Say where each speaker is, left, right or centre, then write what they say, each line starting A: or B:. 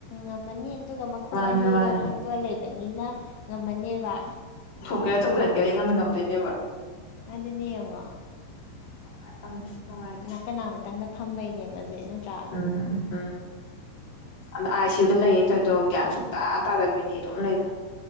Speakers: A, on the left (about 80°); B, on the left (about 35°).
A: ꯉꯝꯃꯅꯤ ꯑꯗꯨꯒ ꯃꯈꯣꯡ
B: ꯃꯥꯅꯦ
A: ꯑꯅꯤꯗꯣ
B: ꯃꯥꯅꯦ
A: ꯈꯛꯇꯣ ꯂꯩꯕꯅꯤꯅ ꯉꯝꯃꯅꯦꯕ
B: ꯀꯔ ꯆꯣꯡꯁꯤꯟꯒꯦ ꯑꯩ ꯉꯝꯅ ꯉꯝꯗꯣꯏꯅꯦꯕ
A: ꯑꯗꯨꯅꯦ ꯌꯦꯡꯉꯣ
B: ꯅꯨꯡꯉꯥꯏ ꯈꯪꯗꯦ ꯅꯨꯡꯉꯥꯏꯇꯦ
A: ꯎꯅꯥ ꯀꯅꯥ ꯈꯤꯇꯪꯗ ꯐꯝꯕꯩꯅꯦꯕꯁꯦ ꯅꯠꯇ꯭ꯔꯥ
B: ꯎꯝ ꯎꯝ ꯑꯗ ꯑꯥꯏ ꯁꯤ ꯌꯨꯗ ꯂꯩꯌꯦꯅ ꯊꯧꯣꯏꯗꯣ ꯒ꯭ꯌꯥꯟ ꯁꯨꯛꯇ ꯇꯥꯗꯕꯤꯅꯤ ꯑꯗꯨꯝ ꯂꯩꯗꯣ